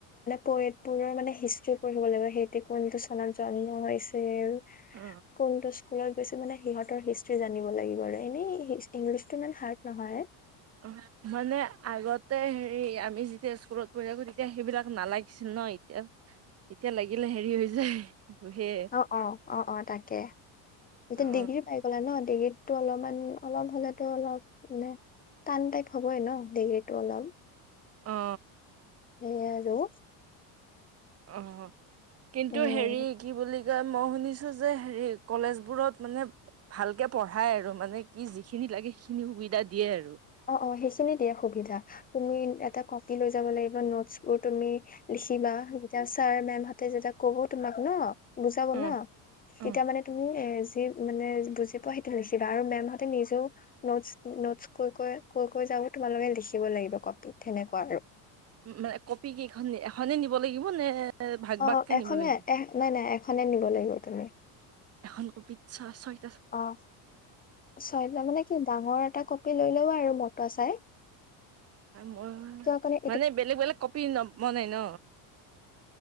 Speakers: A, on the left; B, on the right.
A: পইটবোৰৰ মানে হিষ্ট্ৰি পঢ়িব লাগিব সেইটো কোনটো চনত জন্ম হৈছে আৰু
B: অ
A: কোনটো স্কুলত হৈছে মানে সিহঁতৰ হিষ্ট্ৰ্ৰী জানিব লাগিব আৰু এনেই ইংলিছটো ইমান হাৰ্ড নহয়।
B: অ মানে আগতে হেৰি আমি যেতিয়া স্কুলত পঢ়ি থাকো, তেতিয়া সেইবিলাক নালাগিছিল ন এতিয়া, এতিয়া লাগিলে হেৰি হৈ যায়। সেয়ে
A: অ অ অ অ তাকে, এতিয়া
B: অ
A: ডিগ্ৰী পাই গলে ন, ডিগ্ৰীটো অলপমান অলপ হ'লে টো অলপ মানে, টান টাইপ হবই ন ডিগ্ৰীটো অলপ।
B: অ।
A: সেইয়াই আৰু।
B: অ। কিন্তু
A: উম
B: হেৰি কি বুলি যে মই শুনিছো যে হেৰি কলেজ বোৰত মানে, ভালকে পঢ়াই আৰু মানে কি যিখিনি লাগে সেইখিনি সুবিধা দিয়ে আৰু।
A: অ' অ, সেইখিনি দিয়ে সুবিধা, তুমি এটা কপি লৈ যা যাব লাগিব নোটচ বোৰ তুমি লিখিবা যেতিয়া ছাৰ -মেম হাতে যেতিয়া ক'ব তোমাক ন' বুজাব
B: অ
A: ন' তেতিয়া
B: অ
A: মানে তুমি এ, যি মানে বুজি পোৱা সেইটো নিছিল আৰু মেমহতে নিজেও নটচ- নটচ, কৈ- কৈ- কৈ - কৈ যাব তোমালোকে লিখিব লাগিব কপিত সেনেকুৱা আৰু।
B: উম, মানে কপি কেইখন এখনে নিব লাগিব নে, ভাগ
A: অ,
B: ভাগকে
A: 'এখনে
B: নিব লাগিব
A: এক নাই - নাই, খনে নিব লাগিব তুমি।
B: এখন কপিত ছয়- ছয়
A: অ 'চয় মানে কি ডাঙৰ এটা কপি লৈ লবা আৰু ম, ত চাই,
B: মই
A: <unintelligible>
B: মানে বেলেগ বেলেগ কপি ন বনাই ন